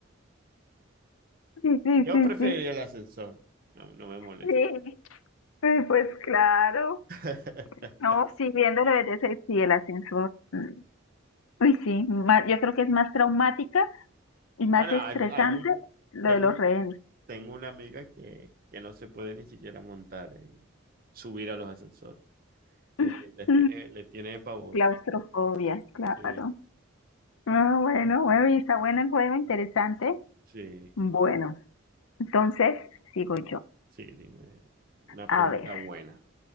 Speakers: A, on the left; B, on the right.
A: sí, sí,
B: Yo
A: sí,
B: preferiría
A: sí,
B: el ascensor. No, no me molesta.
A: sí. Eh, Pues claro.
B: <laughs>
A: No, sí, viéndolo desde ese, sí, el ascensor. mm, Uy, sí, ma- yo creo que es más traumática y más
B: Bueno,
A: estresante
B: hay, hay muy,
A: lo
B: tengo,
A: de los rehenes.
B: Tengo una amiga que, que no se puede ni siquiera montar, en- subir a los ascensores.
A: <laughs>
B: Le, ti- les tiene, le tiene pavor.
A: Claustrofobia, claro.
B: Sí,
A: Ah, bueno, bueno, y está bueno el juego, interesante.
B: sí,
A: Bueno, entonces sigo yo.
B: sí, dime. Una pregunta
A: A ver,
B: buena.